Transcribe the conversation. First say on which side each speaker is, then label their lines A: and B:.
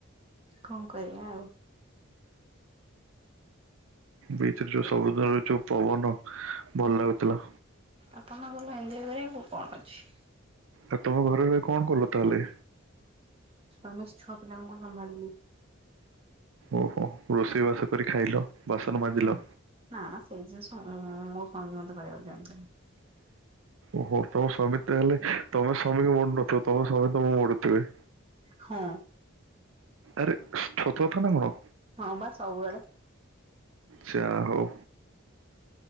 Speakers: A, on the right; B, on the right.
A: କଣ କରିବା ଆଉ।
B: ବୀଚି ଯୋଉ ସବୁଦିନରେ ଯୋଉ ପବନ ଭଲ ଲାଗୁଥିଲା।
A: ଆପଣଙ୍କଲ ଭଲ ହିନ୍ଦୀ କରିବାକୁ କଣ ଅଛି।
B: ଆଉ ତମ ଘରେ ରହି କଣ କଲ ତାହେଲେ।
A: ଆମେ ଛଅ ପିଲାଙ୍କୁୁ ସମ୍ଭାଲିଲୁ।
B: ଓହୋ ରୋଷେଇବାସ କରି ଖାଇଲ। ବାସନ ମାଜିଲ
A: ନା ନା ନା ସେଇ ଜିନିଷ ମୋର ସ୍ବାମୀ ମତେ କରିବାକୁ ଦିଅନ୍ତିନି।
B: ଓହୋ ତମ ସ୍ୱାମୀ ତ ହେଲେ ତମ ସ୍ୱାମୀକୁ ମରୁୁନଥିବ ତମ ସ୍ୱାମୀ ତମଁ ମଡୁଥିବେ।
A: ହଁ
B: ଆରେ ସତ କଥା ନା କଣ।
A: ହଁ ବା ସବୁବେଳେ।
B: ଚ୍ଛା ହଉ।